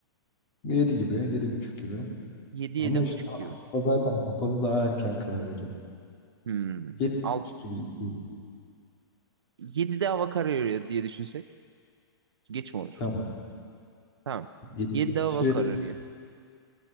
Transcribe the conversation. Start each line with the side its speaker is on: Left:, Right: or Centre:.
Left: Yedi gibi, yedi buçuk gibi.
Right: 7
Left: Ama
Right: yedi
Left: işte
Right: buçuk gibi.
Left: hava zaten kapalı daha erken kararıyor.
Right: Hmm.
Left: Yedi
Right: Alt,
Left: buçuk gibi gidiyor.
Right: 7'de hava kararıyor diye düşünsek geç mi olur?
Left: Tamam.
Right: Tamam.
Left: Yedi
Right: 7
Left: gibi
Right: hava
Left: pişirelim.
Right: kararıyor.